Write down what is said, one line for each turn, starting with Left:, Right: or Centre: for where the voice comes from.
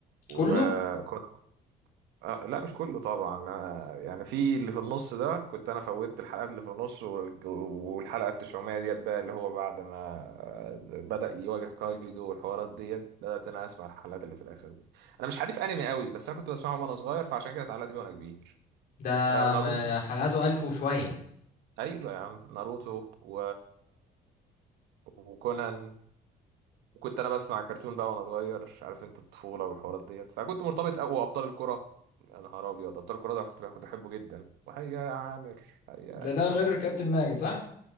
Right: وكنت
Left: كله
Right: آه لا مش كله طبعا أنا يعني في اللي في النص ده كنت انا فوتت الحلقات اللي في النص وال- والحلقه 900 ديت بقى اللي هو بعد ما آه، بدأ يواجه كايدو والحوارات ديت بدأت انا اسمع الحلقات اللي في الاخر دي انا مش حريف انمي قوي بس انا كنت بسمعه وانا صغير فعشان كده اتعلقت بيه وانا كبير
Left: ده
Right: آه، ناروتو
Left: م- حلقاته الف وشوية
Right: ايوه يا عم ناروتو و... وكونان وكنت انا بسمع كرتون بقى وانا صغير عارف انت الطفوله والحوارات ديت فكنت مرتبط قوي وابطال الكره يا نهار ابيض ابطال الكره ده كنت كنت بحبه جدا وهيا يا عامر هيا
Left: ده ده
Right: مش
Left: غير
Right: عارف ايه
Left: كابتن ماجد صح؟